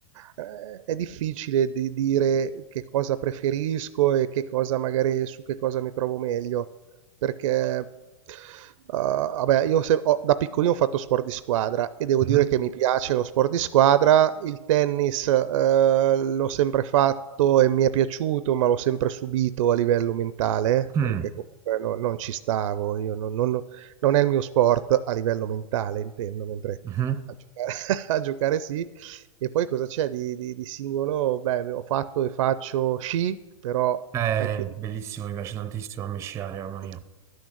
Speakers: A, on the right (about 65°); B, on the right (about 15°).
A: eh, è difficile di dire che cosa preferisco e che cosa magari su che cosa mi trovo meglio perché Uh, vabbè, io se- ho- da piccolino ho fatto sport di squadra e devo
B: Mhm.
A: dire che mi piace lo sport di squadra. Il tennis, eh, l'ho sempre fatto e mi è piaciuto, ma l'ho sempre subito a livello mentale,
B: Mm.
A: perché comunque no- non ci stavo, io non, non- non è il mio sport a livello mentale, intendo, mentre
B: Mhm.
A: a giocare, <laughs> a giocare sì. E poi cosa c'è di, di- di singolo? Beh, ho fatto e faccio sci, però
B: Eh,
A: anche...
B: bellissimo, mi piace tantissimo a me sciare,
A: lì.
B: mamma mia.